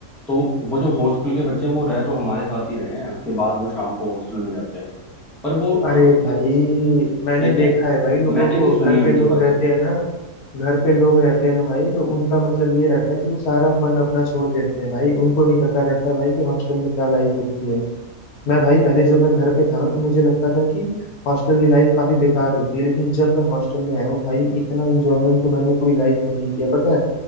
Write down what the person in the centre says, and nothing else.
तो वो जो हॉस्टल के बच्चे हैं वो रह तो हमारे साथ ही रहे हैं उसके बाद वो शाम को हॉस्टल में जाते हैं पर वो
हाँ,
म-
ठीक
है
मैंने
भी सुनी
है उनकी
बातें